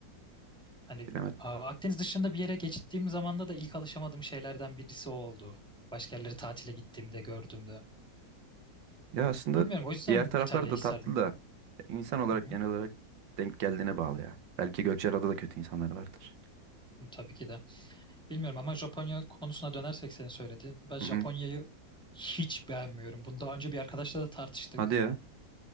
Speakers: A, in the centre; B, on the right (about 80°).
A: Hani
B: Bilemedim.
A: a, Akdeniz dışında bir yere geçtiğim zamanda da ilk alışamadığım şeylerden birisi o oldu. Başka yerlere tatile gittiğimde, gördüğümde.
B: Ya aslında
A: Bilmiyorum o yüzden
B: diğer taraflar
A: İtalya'yı
B: da
A: isterdim.
B: tatlı da insan olarak
A: Hı hı.
B: genel olarak denk geldiğine bağlı ya. Belki Gökçeada'da da kötü insanlar vardır.
A: Tabii ki de. Bilmiyorum ama Japonya konusuna dönersek senin söylediğin. Ben Japonya'yı
B: Hı hı.
A: hiç beğenmiyorum. Bunu daha önce bir arkadaşla da tartıştık.
B: Hadi ya.